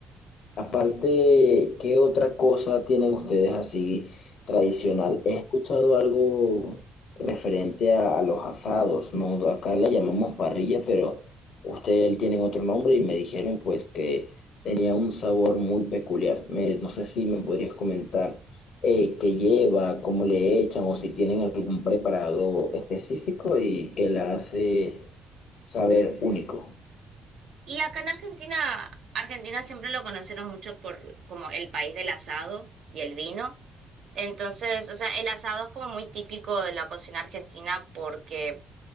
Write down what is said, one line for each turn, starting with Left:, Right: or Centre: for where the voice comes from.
Left: Aparte, ¿qué otra cosa tienen ustedes así tradicional? He escuchado algo referente a, a los asados, ¿no? Acá le llamamos parrilla, pero ustedes tienen otro nombre y me dijeron pues que tenía un sabor muy peculiar. Me- no sé si me podrías comentar eh, qué lleva, cómo le echan o si tienen algún preparado específico y que la hace saber único.
Right: Y acá en Argentina, Argentina siempre lo conocieron mucho por como el país del asado y el vino. Entonces, o sea, el asado es como muy típico de la cocina argentina porque